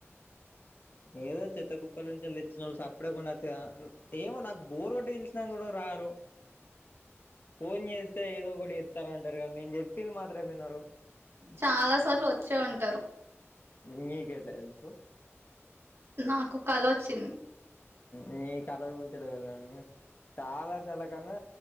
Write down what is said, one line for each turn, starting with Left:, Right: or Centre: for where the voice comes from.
Left: ఏదో చెత్త కుప్పల నుంచి తెచ్చిన వోళ్ళు సప్పుడగుండచ్చుగ ఏమో నాకు బోర్ కొట్టి పిలిచినా కూడా రారు
Right: <inaudible>
Left: ఫోన్ చేస్తే ఏదో ఒకటి చెప్తారంటరుగ నేను చెప్పింది మాత్రం వినరు
Right: చాలా సార్లు వచ్చే ఉంటారు
Left: నీకే తెలుసు
Right: నాకు కళొచ్చింది
Left: మీ కద గురించిలా వెళ్ళాం <unintelligible> చాలా చాలా కన్నా